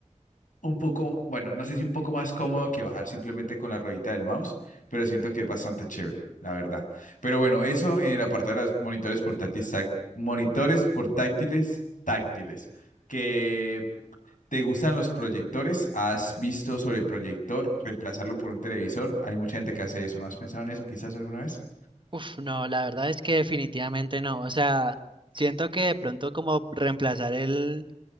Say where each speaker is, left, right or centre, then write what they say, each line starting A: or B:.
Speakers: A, on the left (about 85°); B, on the right (about 40°).
A: un poco, bueno, no sé si un poco más cómodo que bajar simplemente con la ruedita del mouse, pero siento que es bastante chévere, la verdad. Pero bueno, eso en el apartado de los monitores portátiles, táct- monitores portátiles táctiles, que te gustan los proyectores, has visto sobre el proyector, reemplazarlo por un televisor, hay mucha gente que hace eso, ¿no has pensado en eso quizás alguna vez?
B: Uf, no, la verdad es que definitivamente no, o sea, siento que de pronto como reemplazar el